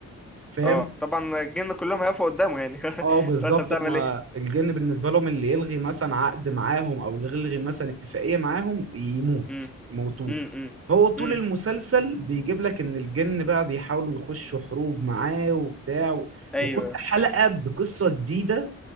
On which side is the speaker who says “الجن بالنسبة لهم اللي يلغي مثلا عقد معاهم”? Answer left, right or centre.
Right